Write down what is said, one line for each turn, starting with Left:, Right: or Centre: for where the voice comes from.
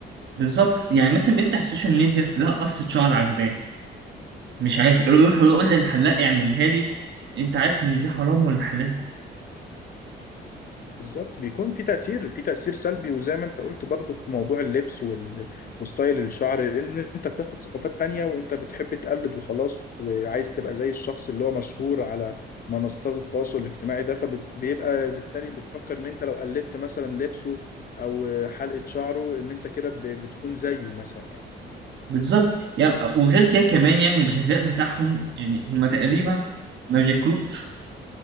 Right: بالظبط يعني مثلا بيفتح السوشيال ميديا لا قصة شعر عجباه مش عارف إيه، يروح يقول للحلاق اعملها لي أنت عارف إن دي حرام ولا حلال
Left: بالظبط بيكون في تأثير في تأثير سلبي وزي ما انت قلت برضو في موضوع اللبس وال- وستايل الشعر لأن انت بتاخد ثقافات تانية وانت بتحب تقلد وخلاص وعايز تبقى زي الشخص اللي هو مشهور على منصات التواصل الاجتماعي ده فبيبقى بالتالي بتفكر ان انت لو قلدت مثلا لبسه او حلقة شعره ان انت كده ب- بتكون زيه مثلا
Right: بالظبط يعني وغير كده كمان يعني الغذاء بتاعهم يعني هما تقريبا ما بياكلوش